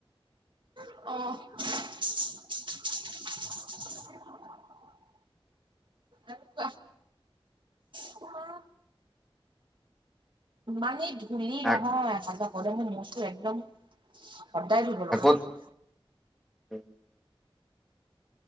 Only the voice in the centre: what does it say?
আগ-
আগত <inaudible>